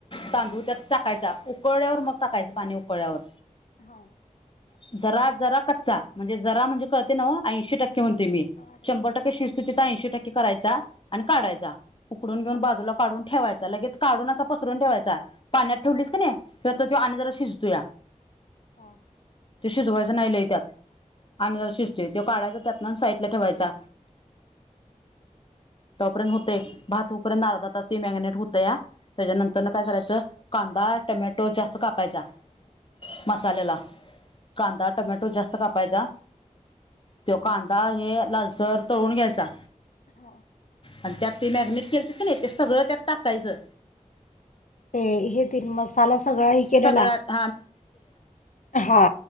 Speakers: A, on the left; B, on the left.
A: तांदूळ त्यात टाकायचा, उकळ्यावर मग टाकायचं. पाणी उकळ्यावर.
B: <unintelligible>
A: जरा, जरा कच्चा म्हणजे जरा म्हणजे कळतयं नव्ह? ऐंशी टक्के म्हणते मी.
B: कळालं
A: शंभर
B: की
A: टक्के
B: कळालं
A: शिजतुय तिथ ऐंशी टक्के करायचा आणि काढायचा,
B: हा
A: उकडून घेऊन
B: हा
A: बाजूला काढून ठेवायचा, लगेच काढून असा पसरून ठेवायचा, पाण्यात ठेवलीस
B: हा
A: कणी, तर तो आणि
B: हा
A: जरा शि त्या,
B: हा
A: त्यो शिजवायचं नाही लई त्यात. आणि जरा शिजतोय, त्यो काढायचा त्यातन साईडला ठेवायचा. तो पर्यंत होतयं, भात हुपर्यंत अर्धा तास ते मॅगनेट होतया. त्येज्यानंतरन
B: हा
A: काय करायचं, कांदा, टमॅटो जास्त कापायचा. मसाल्याला, कांदा, टमॅटो जास्त कापायचा. त्यो कांदा हे लालसर तळून घ्यायचा.
B: हा हा
A: आणि त्यात ते मॅग्नेट केलंत कणी, ते सगळं त्यात टाकायचं.
B: ते हे तीन मसाला सगळा ही
A: सगळ्यात
B: केलेला. हा